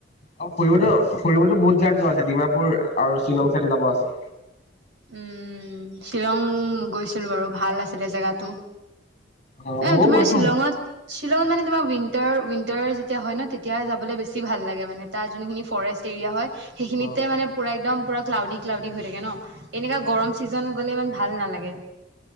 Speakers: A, on the left; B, on the right.
A: অ ফুৰিবতো ফুৰিবতো বহুত যাত যোৱা ডিমাপুৰ আৰু শ্বিলং চাইড যাব আছে।
B: উম, শ্বিলং গৈছিলোঁ বাৰু ভাল আছিলে জেগাটো
A: অ
B: এ
A: ময়ো
B: তোমাৰ
A: গৈছো
B: শ্বিলঙত শ্বিলঙত মানে তোমাৰ উাৰ উইণ্টাৰ যেতিয়া হয় ন তেতিয়া যাবলৈ বেছি ভাল লাগে মানে তাৰ যোনখিনি ফৰেষ্ট এৰিয়া হয় সেইখিনিতে
A: অ
B: মানে পুৰা একদম পুৰা ক্লাউডি ক্লাউডি হৈ থাকে ন এনেককাা গৰম ছিজন গ'লে ইমান ভাল নালাগে